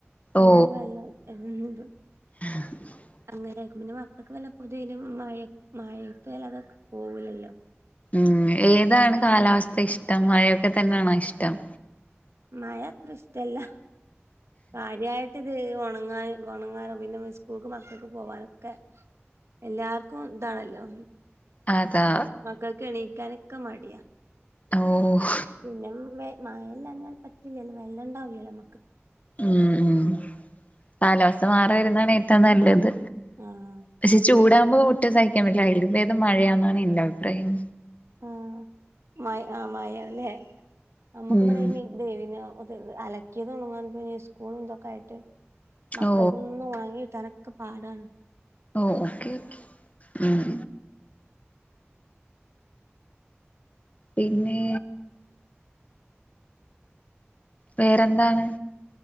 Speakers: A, on the left (about 35°); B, on the right (about 80°).
A: ഓ
B: അങ്ങനെ വെള്ളം ഉം
A: <inaudible>
B: അങ്ങനൊയിരിക്കും പിന്നെ മക്കൾക്ക് വല്ല തെയ്നു മഴ മഴക്ക് വല്ല തൊ പോവുലല്ലോ
A: ഉം ഏതാണ് കാലാവസ്ഥ ഇഷ്ടം മഴയൊക്കെ തന്നെണോ ഇഷ്ടം
B: മഴത്ര ഇഷ്ടല്ല കാര്യയിട്ട് ഇത് ഒണങ്ങാന് ഓണങ്ങാനും പിന്നെ സ്കൂൾക്ക് മക്കൾക്ക് പോവാനൊക്കെ എല്ലാർക്കും ഇതാണല്ലോ
A: അതാ
B: മക്കൾക്ക് എണീക്കാനൊക്കെ മടിയാ
A: ഓഹ്
B: പിന്നെ മഴല്ലാഞ്ഞാൽ പറ്റില്ലല്ലോ വെള്ളം ഉണ്ടാവലല്ലോ നമ്മക്ക്
A: ഉം ഉം കാലവാസ്ഥ മാറി വരുന്നതാണ് ഏറ്റവും നല്ലത്
B: ആഹ്
A: പക്ഷെ ചൂടാകുമ്പോ ഒട്ടും സഹിക്കാൻ പറ്റില്ല അതിലും ബേദം മഴയാന്നാണ് എന്റെ അഭിപ്രായം
B: ആഹ് മഴ ആഹ് മായല്ലേ നമ്മുകിവടെഈ
A: ഉം
B: മീൻ ദേ പിന്നെ ത് അലക്കിയത് തുണങ്ങാൻ സ്കൂൾ തൊക്കെ ആയിട്ട് മക്കൾതൊന്ന്
A: ഓ
B: ഉണങ്ങിട്ടാനൊക്കെ പാടാണ്
A: ഓഹ് ഓക്കേ ഓക്കെ ഉം പിന്നെ വേറേന്താണ്